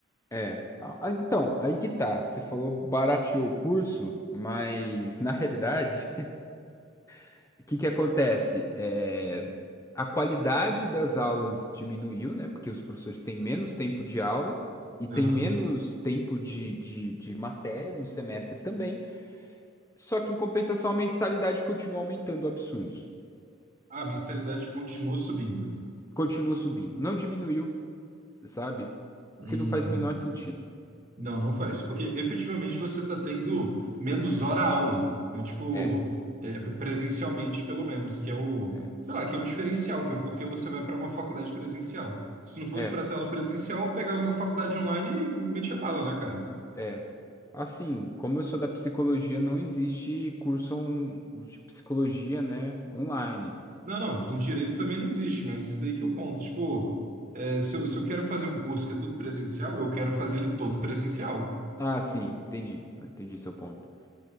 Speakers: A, on the left; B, on the right.
A: É. a- a- Então, aí que tá. Você falou barateou o curso, mas na realidade, <laughs> o que que acontece? É, a qualidade das aulas diminuiu, né? Porque os professores têm menos tempo de aula e têm
B: Aham.
A: menos tempo de, de, de matéria no semestre também. Só que, em compensação, a mensalidade continua aumentando absurdos.
B: Ah, a mensalidade continua subindo.
A: continua subindo. Não diminuiu, sabe?
B: Hum.
A: O que não faz o menor sentido.
B: Não, não faz, porque efetivamente você está tendo menos hora aula, né? Tipo,
A: É,
B: é, presencialmente pelo menos, que é o,
A: é,
B: sei lá, que é o diferencial, que é o porquê você vai para uma faculdade presencial. Se não fosse
A: é,
B: para a tela presencial, eu pegava uma faculdade online e metia bala, né, cara?
A: é. Assim, como eu sou da psicologia, não existe curso on- de psicologia, né, online.
B: Não, não, em direito também não existe, mas isso daí que é o ponto. Tipo, é, se eu, se eu quero fazer um curso que é todo presencial, eu quero fazer ele todo presencial.
A: Ah, ah, sim, entendi. Não entendi seu ponto.